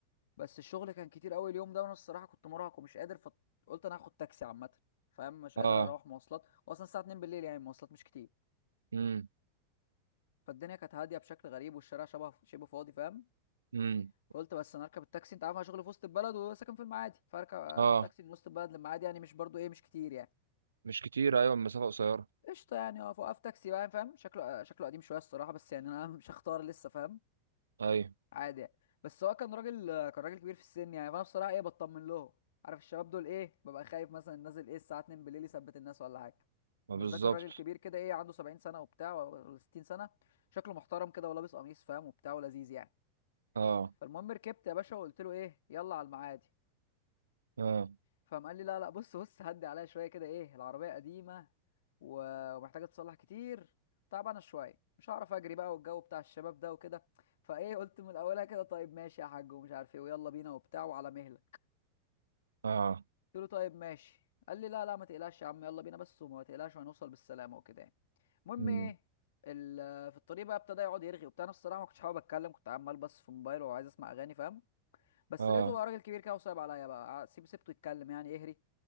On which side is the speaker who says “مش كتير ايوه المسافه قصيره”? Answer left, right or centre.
Right